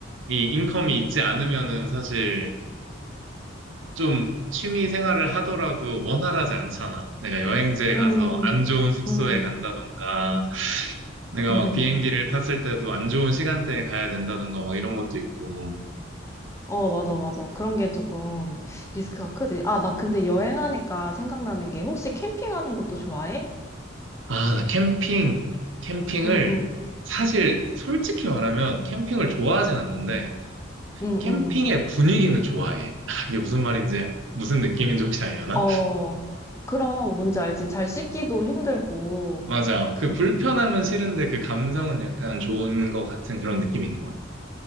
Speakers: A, on the right (about 80°); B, on the left (about 15°).
A: 이 인컴이 있지 않으면은 사실 좀 취미 생활을 하더라도 원활하지 않잖아. 내가 여행지에 가서
B: 음,
A: 안 좋은 숙소에
B: 음.
A: 간다던가, 내가
B: <laughs>
A: 막 음. 비행기를 탔을 때도 안 좋은 시간대에 가야 된다던가 막 이런 것도 있고.
B: 어, 맞아, 맞아. 그런 게 조금 리스크가 크지. 아, 나 근데 여행하니까 생각나는 게 혹시 캠핑하는 것도 좋아해?
A: 아, 캠핑, 캠핑을,
B: 응, 응,
A: 사실 솔직히 말하면 캠핑을 좋아하진 않는데,
B: 응,
A: 캠핑의
B: 응.
A: 분위기는 좋아해. <laughs> 이게 무슨 말인지, 무슨 느낌인지 혹시 알려나?
B: 어, 그럼 뭔지 알지? 잘 씻기도 힘들고,
A: 맞아.
B: 그,
A: 그 불편함은 싫은데 그 감성은 약간 좋은 것 같은 그런 느낌이 있는 것 같아.